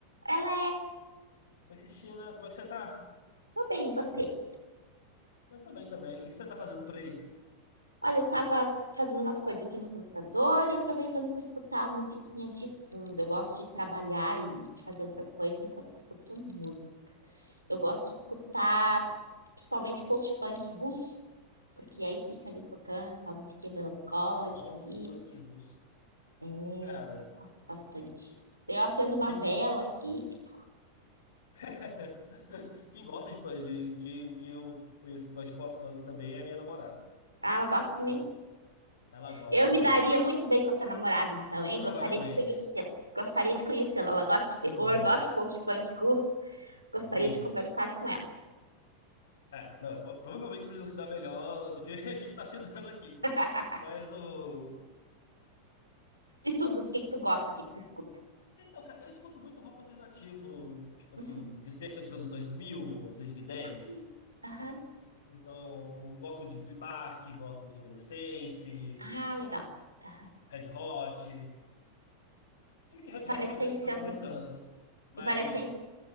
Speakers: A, on the right; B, on the left.
A: Ela é,
B: Oi, Cristina, como é que você tá?
A: tô bem, e você?
B: Eu tô bem também. O que que você tá fazendo por aí?
A: Olha, eu tava fazendo umas coisas aqui no computador e aproveitando para escutar a musiquinha de fundo. Eu gosto de trabalhar e de fazer outras coisas enquanto eu escuto música. Eu gosto de escutar principalmente post-punk russo, porque aí fica ali tocando com a musiquinha melancólica
B: Pós-punk
A: ali.
B: russo.
A: É, eu
B: Cara,
A: gosto bastante. Eu acendo uma
B: quem,
A: vela aqui, e fico.
B: <laughs> quem gosta de punk, de- que, que eu conheço que gosta de pós-punk também é a minha namorada.
A: Ah, ela gosta também?
B: Ela gosta,
A: Eu me daria
B: de-
A: muito bem com a tua namorada, então, hein?
B: provavelmente.
A: Gostaria de conhecê-la. Gostaria de conhecê-la. Ela gosta de terror,
B: Prova-
A: gosta de post-punk russo. Gostaria
B: Sim.
A: de conversar com ela.
B: É, não, pro- provavelmente vocês vão se dar melhor do que <laughs> a gente tá se dando aqui.
A: <laughs>
B: Mas o.
A: E tu, o que que tu gosta, o que que tu escuta?
B: Então, cara, eu escuto muito rock alternativo, tipo assim,
A: Uhum.
B: de cerca dos anos 2000, 2010.
A: Sim. Aham.
B: Então, gosto de Linkin Park, gosto de Evanescence,
A: Ah, legal. Aham.
B: Red Hot. Se que Red
A: Evanescências,
B: Hot nem tô escutando mais tanto. Mas
A: Evanescence.